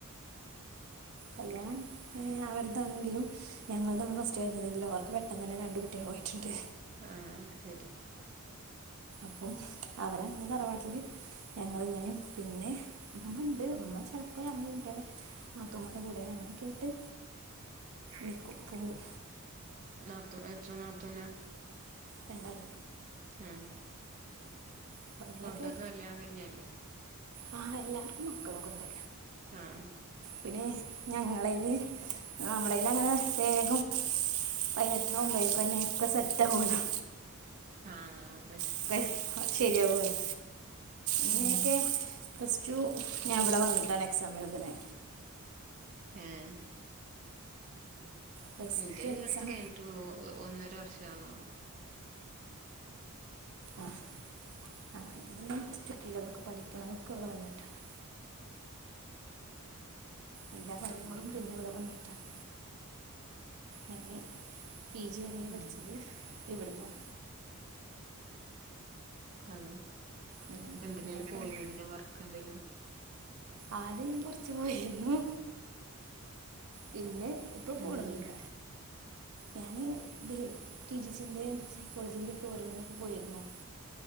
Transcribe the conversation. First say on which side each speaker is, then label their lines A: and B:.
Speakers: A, on the right; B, on the right.
A: കല്യാണം അവരുതാണെങ്കിലും ഞങ്ങളതാണ് ഫസ്റ്റ് കഴിഞ്ഞതെങ്കിലും അവർക്ക് പെട്ടെന്ന് തന്നെ രണ്ട് കുട്ടികൾ ആയിട്ടുണ്ട്
B: ആഹ് ശരി
A: അപ്പം അവരങ്ങനെ തറവാട്ടില് ഞങ്ങളിങ്ങനെ പിന്നെ അമ്മ ഉണ്ട് അമ്മ ചിലപ്പോ ഞങ്ങടെ കൂടെ നാത്തൂമാരുടെ കൂടെ അങ്ങനെയക്കെ ആയിട്ട് നിക്കും പോവും
B: നാത്തു എത്ര നാത്തൂനാ
A: രണ്ടാൾ
B: ആഹ്
A: അപ്പം അങ്ങനെയൊക്കെ
B: അവരോടൊക്കെ കല്യാണം കഴിഞ്ഞതല്ലേ
A: ആ മക്കളൊക്കെ ഉണ്ട്
B: ആഹ്
A: പിന്നെ ഞങ്ങളെല് നമ്മടെലങ്ങനെ വേഗം പയിനേട്ടാകുമ്പേ പിന്നെ ഒക്കെ സെറ്റ് ആവുവല്ലോ
B: ആഹ് അതെ
A: ഒക്കെ ശരിയാവലോ എന്നെയൊക്കെ
B: ഉം
A: പ്ലസ് ടു ഞാൻ ഇവിടെ വന്നിട്ടാണ് എക്സാം എഴുതണെ
B: ആഹ്
A: പ്ലസ്
B: എന്റെ
A: ടു എക്സാം
B: ഈ അടുത്ത് കഴിഞ്ഞിട്ടെള്ളൂ ഒന്നര വർഷവാകുന്നേ ഉള്ളു
A: ആഹ് ആഹ് ഇതു പിന്നെ അതൊക്കെ പഠിക്കണതൊക്കെ ഇവിടെ വന്നിട്ടാണ് എല്ലാ കാര്യങ്ങളും
B: ആഹ്
A: പിന്നെ ഇവിടെ വന്നിട്ടാണ് ഞാൻ പി ജി വരെയെ പഠിച്ചത്
B: ഉം
A: ഇവിടുന്നാണ
B: ആണോ
A: ഉം
B: എന്തിനെലും
A: കല്യാണം
B: പോയിനോ
A: ഒക്കെ
B: പിന്നെ വർക്ക് എന്തേലും
A: ആദ്യം ഞാൻ കുറച്ച് പോയിരുന്നു പിന്നെ ഇപ്പൊ പോണൊന്നുല്ല
B: എന്തിന്
A: ഞാന് ടിടിസിന്റെയും സൈക്കോളജീന്റെ ഒക്കെ ഓരോന്നിനൊക്കെ പോയിരുന്നു <inaudible>